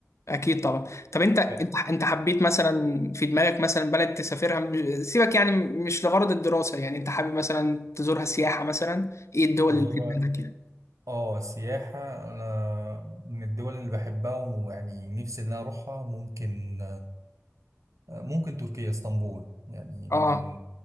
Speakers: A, on the left (about 65°); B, on the right (about 85°).
A: اكيد طبعا طب انت انت
B: ف-
A: انت حبيت مثلا في دماغك مثلا بلد تسافرها م- سيبك يعني مش لغرض الدراسه يعني انت حابب مثلا تزورها سياحه مثلا ايه الدول
B: أزور
A: اللي في دماغك يعني
B: اه السياحة أنا من الدول اللي بحبها ويعني نفسي إن أنا أروحها ممكن ممكن تركيا اسطنبول يعني من
A: اه
B: ال...